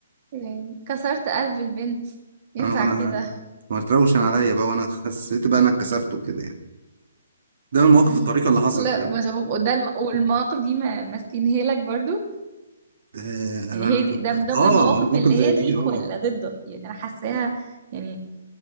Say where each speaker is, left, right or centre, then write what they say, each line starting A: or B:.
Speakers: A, on the right (about 30°); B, on the right (about 55°).
A: يعني كسرت قلب البنت ينفع
B: انا انا
A: كده
B: ما تروشن عليا بقى وانا حسيت بقى انا اتكسفت وكده يعني ده من مواقف
A: <laughs>
B: الطريقه اللي حصلت
A: لا
B: يعني
A: ما هو ده الم... والمواقف دي ما ماسكينها لك برضو
B: آه، انا
A: هي دي ده من ضمن
B: اه
A: المواقف
B: مواقف
A: اللي
B: زي
A: هي
B: دي
A: ليك
B: اه
A: ولا ضدك يعني انا حاساها يعني